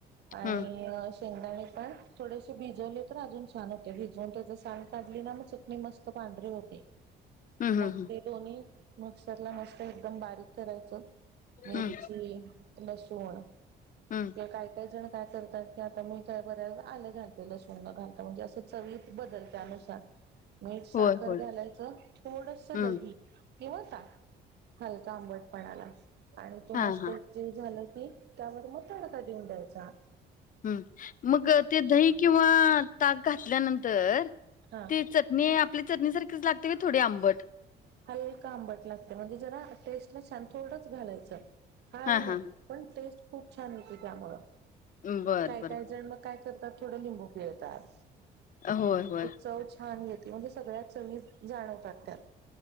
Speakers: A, on the right (about 65°); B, on the left (about 45°).
A: आणि
B: हम्म
A: शेंगदाणे पण थोडेसे भिजवले तर अजून छान होते भिजवून त्या साल काढली ना मग चटणी मस्त पांढरे होते....
B: हम्म
A: मग
B: हम्म
A: ते दोन्ही मिक्सर ला मस्त एकदम बारीक करायचं..... मिरची,
B: हम्म
A: लसूण,
B: हं
A: किंवा काही काही जण काय करतात की आता मी काय बऱ्या आलं घालते लसूणला घालता म्हणजे असं चवीत बदल त्यानुसार मीठ, साखर
B: होय होय
A: घालायचं थोडसंच
B: हम्म
A: दही किंवा ताक हलका आंबटपणाला आणि तो
B: हा
A: मस्त
B: हा
A: ज झालं त्यावर मग तडका देऊन द्यायचा.
B: ह मग ते दही किंवा ताक घातल्यानंतर
A: हा
B: ते च नाही आपली चरणीसारखीच लागते का थोडी आंबट
A: हलका आंबट लागते म्हणजे जरा टेस्टला छान थोडंच घालायचं फार
B: हा
A: नाही.
B: हा
A: पण टेस्ट खूप छान होेत त्यामुळ
B: हम्म बर
A: काय
B: बर
A: काही जण मग काया करतात थोड लिंबू पिळतात
B: होय होय
A: च छान य ते म्हणजे सगळ्यात चग जाणवतहतात.